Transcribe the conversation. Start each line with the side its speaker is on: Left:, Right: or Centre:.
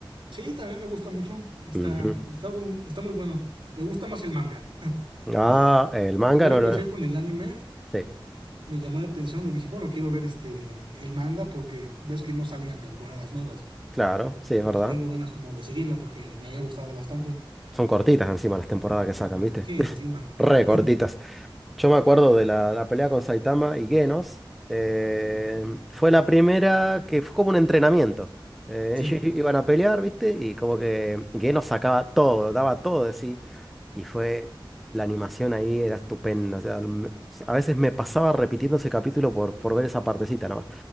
Right: Sí, también me gusta mucho. Está,
Centre: Ujú.
Right: está, bu- está muy bueno. Me gusta más el manga. <laughs>
Centre: Ah,
Right: O sea,
Centre: el manga
Right: yo lo
Centre: no,
Right: empecé
Centre: no, no.
Right: con el anime,
Centre: Sí,
Right: me llamó la atención y dije, bueno, quiero ver este el manga porque ves que no salían temporadas nuevas.
Centre: claro, sí, es
Right: Y
Centre: verdad.
Right: pues tengo ganas como de seguirla porque me había gustado bastante.
Centre: Son cortitas encima las temporadas que sacan, ¿viste?
Right: Sí,
Centre: <laughs>
Right: encima.
Centre: Re
Right: <laughs>
Centre: cortitas. Yo me acuerdo de la, la pelea con Saitama y Genos. eh, fue la primera que fue como un entrenamiento. Eh,
Right: Sí,
Centre: ellos iban a pelear, ¿viste? Y como que Genos sacaba todo, daba todo de sí. Y fue, la animación ahí era estupenda. o sea, m- a veces me pasaba repitiendo ese capítulo por, por ver esa partecita nomás.